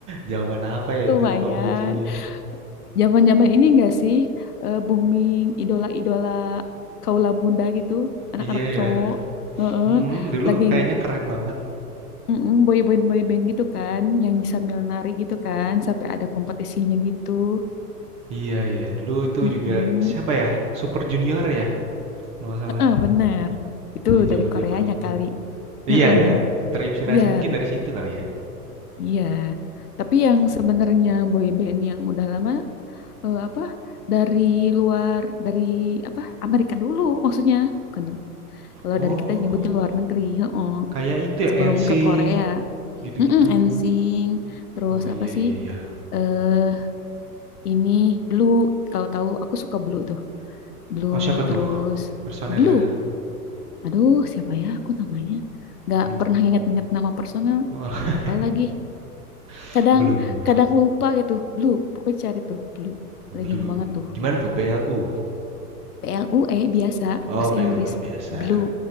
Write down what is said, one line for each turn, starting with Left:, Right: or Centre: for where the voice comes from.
Right: zaman apa ya
Left: lumayan.
Right: itu Cowboy Junior?
Left: Zaman-zaman ini enggak sih eh, booming idola-idola kaula muda gitu, anak-anak
Right: Iya ya,
Left: cowok. Heeh,
Right: mhm, dulu
Left: lagi
Right: kayaknya keren banget.
Left: mm-mm, boy band boy band gitu kan, nyanyi sambil nari gitu kan, sampai ada kompetisinya gitu.
Right: Iya ya, dulu itu
Left: Mm-mm.
Right: juga siapa ya, Super Junior ya kalau nggak salah,
Left: Heeh, benar. Itu
Right: iya
Left: dari
Right: zaman-zaman
Left: Koreanya
Right: itu.
Left: kali.
Right: Iya
Left: Heeh.
Right: ya, terinspirasi
Left: Iya.
Right: mungkin dari situ kali ya?
Left: Iya, tapi yang sebenarnya boy band yang udah lama eh, apa dari luar dari apa Amerika dulu maksudnya. Bukan, kalau
Right: Oh,
Left: dari kita nyebutin luar negeri, heeh.
Right: kayak itu ya,
Left: Sebelum
Right: NSYNC
Left: ke Korea.
Right: gitu-gitu.
Left: Mm-mm, NSYNC, terus
Right: Oh, iya
Left: apa
Right: iya
Left: sih?
Right: iya.
Left: Eh ini Blue, kalau tahu aku suka Blue tuh. Blue
Right: Oh siapa
Left: terus
Right: tuh personel
Left: Blue.
Right: lah
Left: Aduh, siapa ya aku namanya? Nggak
Right: Blue.
Left: pernah ingat-ingat nama personel.
Right: Wah oh,
Left: Lupa lagi.
Right: <laughs>
Left: kadang
Right: Blue
Left: kadang lupa gitu blue pokoknya cari tuh blue legend
Right: Blue
Left: banget tuh
Right: gimana tuh BLU?
Left: PLUE biasa
Right: Oh
Left: bahasa
Right: BLU
Left: Inggris
Right: eh, biasa.
Left: blue